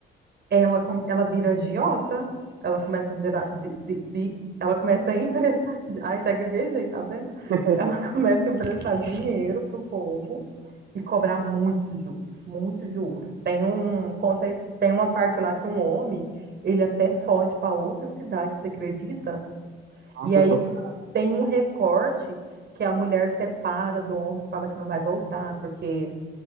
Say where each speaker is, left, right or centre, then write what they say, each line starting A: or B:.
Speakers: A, on the right; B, on the right.
A: ela, com- ela vira agiota, ela começa a gerar, vi- vi- vi- ela começa a emprestar, <laughs> ai, até gaguejei, tá vendo?
B: <laughs>
A: Ela <laughs> começa a emprestar dinheiro pro povo e cobrar muitos juros, muitos juros. Tem um, conta, tem uma parte lá que um homem, ele até foge para outra cidade, você acredita?
B: Nossa,
A: E aí
B: chocado.
A: tem um recorte que a mulher separa do homem, fala que não vai voltar, porque